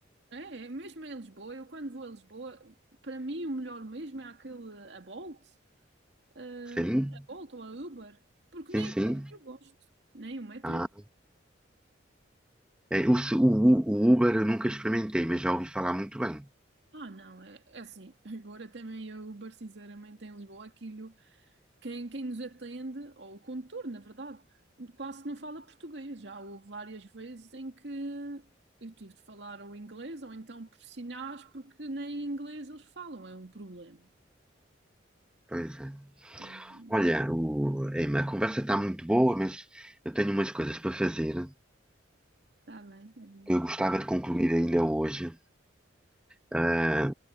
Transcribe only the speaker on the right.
é, é, mesmo em Lisboa, eu quando vou a Lisboa, para mim o melhor mesmo é aquele a Bolt. eh,
a Bolt ou a Uber, porque
nem
o metro eu gosto. Nem o metro
eu gosto.
Ah, não, é, é assim. <laughs> Agora também a Uber, sinceramente, em Lisboa, aquilo, quem, quem nos atende, ou o condutor, na verdade, quase não fala português. Já houve várias vezes em que eu tive de falar ou inglês, ou então por sinais, porque nem inglês eles falam, é um problema.
Hum,
Tá bem, tá bem.